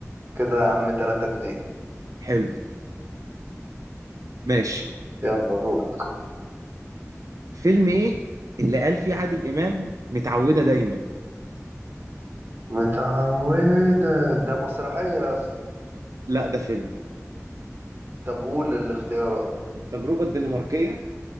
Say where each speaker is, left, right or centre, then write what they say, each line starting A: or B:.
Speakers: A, on the right; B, on the right.
A: كده يا عم تلاتة اتنين
B: حلو ماشي
A: يلا دورك
B: فيلم ايه اللي قال فيه عادل امام متعوده دايما
A: متعودة ده مسرحية يا اسطى.
B: لا ده فيلم
A: طب قول الاختيارات
B: التجربه الدنماركيه